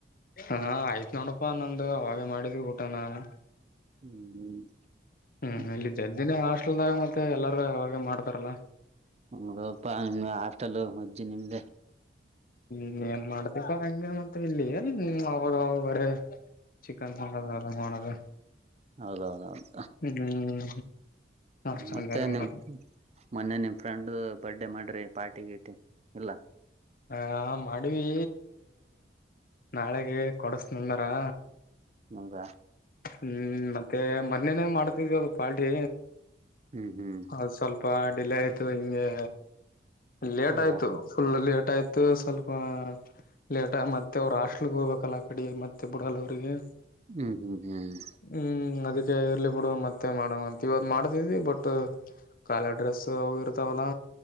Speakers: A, on the left; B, on the right.
A: ಹಾ ಆಯ್ತ್ ನೋಡಪ್ಪಾ ನಂದು ಅವಾಗ ಮಾಡಿದ ಊಟ ನಾನು.
B: ಹ್ಮ್
A: <unintelligible>
B: ಹ್ಮ.
A: ಲ್ದಾಗ್ ಮತ್ತೆ ಎಲ್ಲಾರೂ ಅವಾಗೆ ಮಾಡ್ತಾರಲ್ಲ.
B: ಹೌದಪ್ಪ ನಿಮ್ ಅ ತಲೋ ಮತ್ ಜಿ ನಿಮ್ದೇ.
A: ಇನ್ನೇನ್ ಮಾಡ್ತ್ಯಾಪ್ಪ ಹಂಗ ಮತ್ತ ಇಲ್ಲಿ ಎ ಇನ್ ಅವಾಗವಾಗ್ ಬರೆ. ಚಿಕನ್ ಸಂಬಾರ ಮಾಡದೆ.
B: ಹೌದೌದೌದ್
A: ಹ್ಮ್ ಅಷ್ಟಂದೇನಿಲ್ಲ
B: ಮತ್ತೆ ನಿಮ್ ಮೊನ್ನೆ ನಿಮ್ ಫ್ರೆಂಡ್. ಬರ್ಡೇ ಮಾಡ್ರಿ ಪಾರ್ಟಿ ಗಿಟಿ ಇಲ್ಲ.
A: ಅಯ್ಯ ಮಾಡಿವಿ. ನಾಳೆಗೆ ಕೊಡಸ್ ನಂದರಾ.
B: ನೌದ.
A: ಹ್ಮ್ ಮತ್ತೆ ಮೊನ್ನೇನೇ ಮಾಡ್ದಿದು ಪಾರ್ಟಿ.
B: ಹ್ಮ್ ಹ್ಮ್
A: ಹೌದ್ ಸ್ವಲ್ಪ ಡಿಲೆ ತೊ ಇಂಗೆ. ಲೇಟ್
B: ಹೌದಾ
A: ಆಯ್ತು ಫುಲ್ ಲೇಟ್ ಟಾಯ್ತು ಸ್ವಲ್ಪ ಲೇಟ್ ಮತ್ತೆ ಅವ್ರ್ ಹಾಸ್ಟೆಲ್ಗ ಹೋಗ್ಬೇಕಲ್ಲ ಅಕಡಿ ಮತ್ತೆ ಬಿಡಲ್ಲ ಅವ್ರಿಗೆ.
B: ಹ್ಮ್ ಹ್ಮ್. ಹ್ಮ್
A: ಹ್ಮ್ ಅದಕ್ ಕೆ ಇರ್ಲಿ ಬಿಡು ಮತ್ತೆ ಮಾಡಮ್ ಅಂತ ಇವಗ್ ಮಾಡ್ತಿದ್ವಿ ಬಟ ಕಾಲ ಡ್ರೆಸ್ ಅವ್ ಇರ್ತಾವಲ್ಲ.